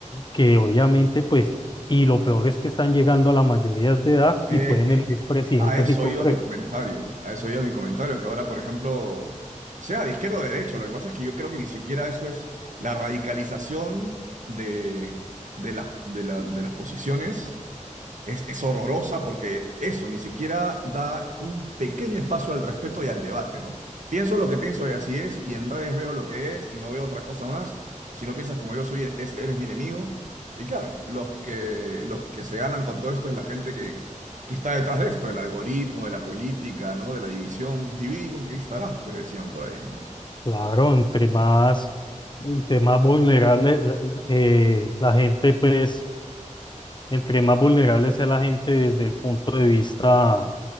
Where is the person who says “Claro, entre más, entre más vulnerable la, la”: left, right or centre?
Left